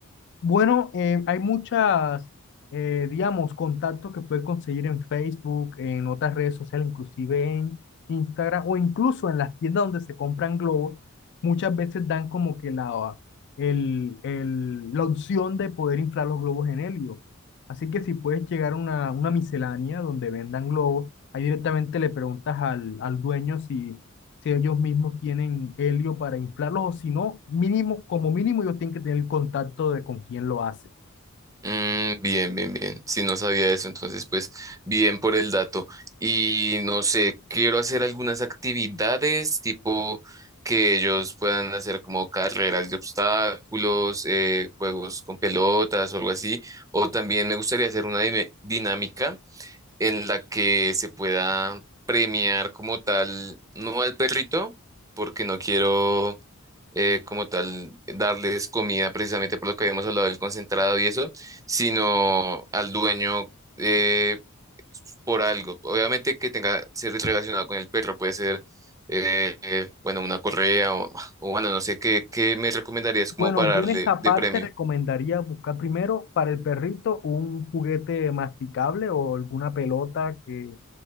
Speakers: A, on the left; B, on the right.
A: Bueno, eh, hay muchas, eh, digamos, contactos que puedes conseguir en Facebook, en otras redes sociales, inclusive en Instagram o incluso en las tiendas donde se compran globos. Muchas veces dan como que la, el, el- la opción de poder inflar los globos en helio. Así que si puedes llegar a una, una miscelánea donde vendan globos, ahí directamente le preguntas al, al dueño si si ellos mismos tienen helio para inflarlos o si no, mínimo, como mínimo ellos tienen que tener el contacto de con quién lo hace.
B: Mm, bien, bien, bien. Si no sabía eso, entonces pues bien por el dato. Y no sé, quiero hacer algunas actividades tipo que ellos puedan hacer como carreras de obstáculos, eh, juegos con pelotas o algo así. O también me gustaría hacer una dime- dinámica en la que se pueda premiar como tal, no al perrito, porque no quiero eh, como tal, darles comida precisamente por lo que habíamos hablado del concentrado y eso, sino al dueño eh, por algo. Obviamente que tenga ser relacionado con el perro, puede ser, eh, eh, bueno, una correa o, o bueno, no sé, ¿qué, qué me recomendarías como
A: Bueno,
B: para
A: yo
B: darle
A: en esa
B: de
A: parte
B: premio?
A: recomendaría buscar primero para el perrito un juguete masticable o alguna pelota que,